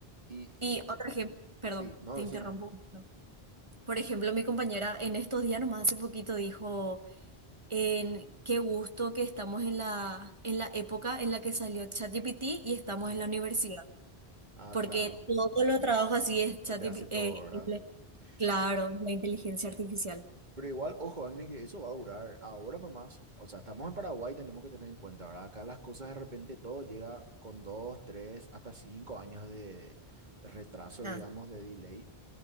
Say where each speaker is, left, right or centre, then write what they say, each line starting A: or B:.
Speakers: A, on the right; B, on the right.
A: Y,
B: Y
A: y
B: otro ejemplo, perdón,
A: sí, no,
B: te
A: decime.
B: interrumpo un poquito. Por ejemplo, mi compañera en estos días, nomás hace poquito, dijo, en qué gusto que estamos en la, en la época en la que salió ChatGPT y estamos
A: Sí.
B: en la universidad.
A: Ah,
B: porque
A: claro.
B: todo lo trabajo así es
A: Pues
B: chat,
A: te hace todo,
B: eh,
A: ¿verdad?
B: simple. claro,
A: Pero,
B: la inteligencia artificial.
A: Pero igual, ojo, Agnes, que eso va a durar. Ahora nomás, o sea, estamos en Paraguay, tenemos que tener en cuenta, ¿verdad? Acá las cosas de repente todo llega con dos, tres, hasta cinco años de retraso,
B: Ah,
A: digamos, de delay.